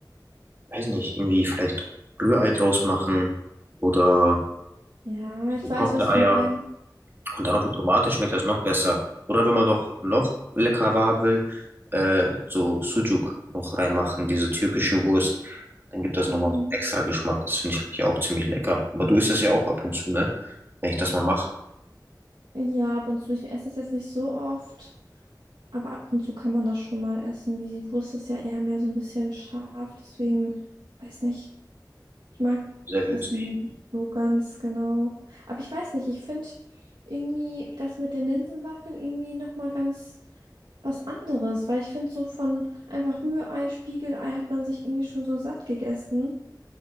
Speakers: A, on the right; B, on the right.
A: weiß nicht, irgendwie vielleicht Rührei draus machen oder
B: Ja, ich
A: gekochte
B: weiß, was
A: Eier
B: du meinst.
A: und dann noch mit Tomate schmeckt das noch besser. Oder wenn man noch, noch leckerer haben will, äh, so Sucuk noch reinmachen, diese türkische Wurst. Dann gibt das nochmal
B: Hm.
A: so einen extra Geschmack. Das finde ich eigentlich auch ziemlich lecker. Aber du isst das ja auch ab und zu, ne? Wenn ich das mal mache.
B: Ja, ab und zu, ich esse das jetzt nicht so oft, aber ab und zu kann man das schon mal essen. Die Wurst ist ja eher mehr so ein bisschen scharf, deswegen weiß nicht. Ich mag
A: Sehr witzig
B: das irgendwie nicht so ganz genau. Aber ich weiß nicht, ich finde irgendwie das mit den Linsenwaffeln irgendwie nochmal ganz was anderes, weil ich finde so von einfach Rührei, Spiegelei hat man sich irgendwie schon so satt gegessen.